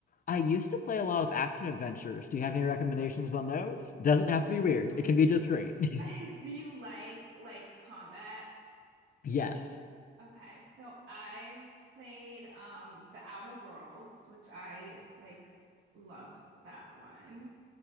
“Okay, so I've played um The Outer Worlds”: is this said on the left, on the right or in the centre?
Right